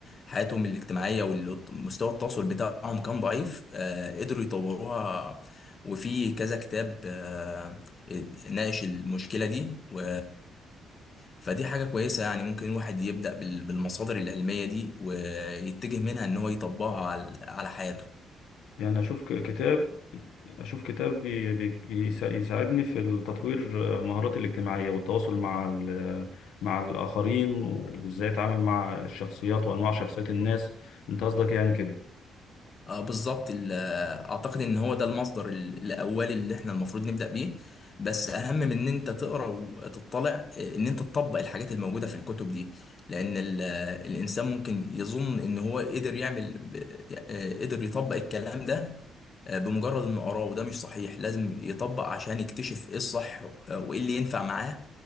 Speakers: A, on the left; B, on the left.
A: حياتهم الاجتماعية ومستوى التواصل بتاعهم كان ضعيف آه، قدروا يطوروها وفي كذا كتاب آه، ناقش المشكلة دي و فدي حاجة كويسة يعني ممكن الواحد يبدأ بال- بالمصادر العلمية دي ويتجه منها إن هو يطبقها على على حياته
B: يعني أشوف ك- كتاب أشوف كتاب بي- بي- بيسا- يساعدني في تطوير آه، مهاراتي الاجتماعية والتواصل مع ال- مع الآخرين وإزاي أتعامل مع الشخصيات وأنواع شخصيات الناس أنت قصدك يعني كده
A: اه بالظبط ال- اعتقد ان هو ده المصدر ال- الاولي اللي احنا المفروض نبدا بيه بس اهم من ان انت تقرا وتطلع آه، ان انت تطبق الحاجات الموجوده في الكتب دي لان ال- آه، الانسان ممكن يظن ان هو قدر يعمل ب- آه، قدر يطبق الكلام ده آه، بمجرد انه قراه وده مش صحيح لازم يطبق عشان يكتشف ايه الصح آه، وايه اللي ينفع معاه